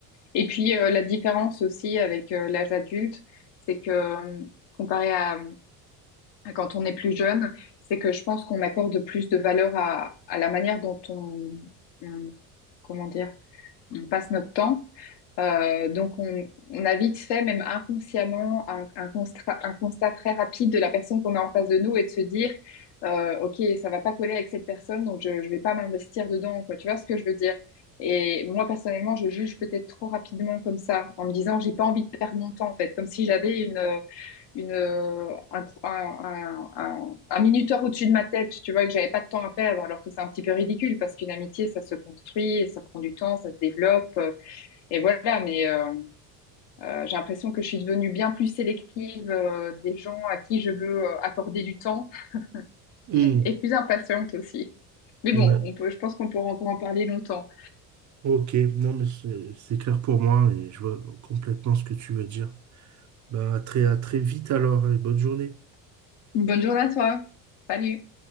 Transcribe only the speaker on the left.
Et puis euh, la différence aussi avec euh, l'âge adulte, c'est que euh, comparé à, à quand on est plus jeune, c'est que je pense qu'on accorde plus de valeur à, à la manière dont on, on- comment dire, on passe notre temps. Euh, donc, on, on a vite fait, même inconsciemment, un, un constat, un constat très rapide de la personne qu'on a en face de nous et de se dire, euh, OK, ça va pas coller avec cette personne, donc je, je vais pas m'investir dedans, quoi. Tu vois ce que je veux dire? Et moi, personnellement, je juge peut-être trop rapidement comme ça, en me disant, j'ai pas envie de perdre mon temps, en fait, comme si j'avais une, euh, une, euh, un, cro- un, un, un- un minuteur au-dessus de ma tête, tu vois, et que j'avais pas de temps à perdre, alors que c'est un petit peu ridicule parce qu'une amitié, ça se construit, et ça prend du temps, ça se développe. Et voilà, mais euh, euh, j'ai l'impression que je suis devenue bien plus sélective euh, des gens à qui je veux euh, accorder du temps
<laughs> et plus impatiente aussi. Mais bon,
on peut, je pense qu'on pourra encore en parler longtemps.
Bonne journée à toi. Salut.